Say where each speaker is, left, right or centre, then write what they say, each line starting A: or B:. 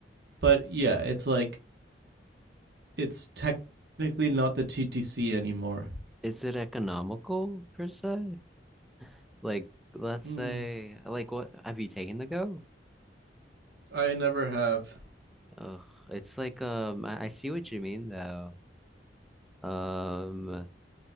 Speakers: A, on the right; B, in the centre.
A: But yeah, it's like it's technically not the TTC anymore.
B: Is it economical per se? Like, let's
A: Hmm.
B: say, like, what have you taken the Go?
A: I never have.
B: Ugh, it's like, um, I, I see what you mean though. Um,